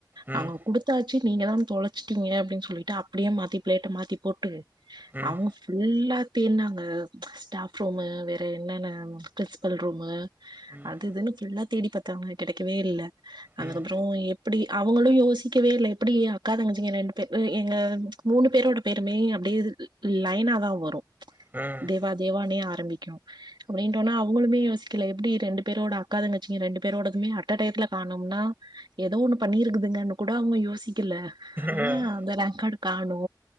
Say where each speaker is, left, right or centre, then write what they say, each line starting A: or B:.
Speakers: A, on the right; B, on the right.
A: ம்
B: அவுங்க குடு த்தாச்சு நீங்கதா தொலைச்சுட்டீங்க அப்டின் சொல்லிட்டு அப்பிடியே மாத்தி பிளேட்ட மாத்தி போட்டு
A: ம் ம்
B: அவுங்க ஃபுல்லா தேட்னாங்க ஸ்டாஃப் ரூமு வேற என்னென்ன பிரின்ஸ்பல் ரூமு
A: ம்
B: அது இதுன்னு ஃபுல்லா தேடி பாத்தாங்க கெடைக்கவே இல்ல
A: ம்
B: அதுக்கப்புறோ எ ப்டி அவங்களு யோசிக்கவே இல்ல எப்பிடி அ க்கா தங்கச்சிங்க ரெண்டு பே எ எங்க மூணு பேரோட பேருமே அப்டியே ல் ல் லைனாதா வரு.
A: ம்.
B: வ தேவானே ஆரம்பிக்கு அப்டின்டொன்னே அவுங்களுமே யோசி க்குல எப்டி ரெண்டு பேரோட அக்கா தங்கச்சிங்க ரெண்டு பேரோடதுமே அட்ட டைத்துல காணோம்னா எதோ ஒன்னு பண்ணிருக்குதுங்கன்னு கூட அவுங்க யோசிக்கல. ஆனா
A: ம்
B: அந்த ரேங்க் காடு காணோ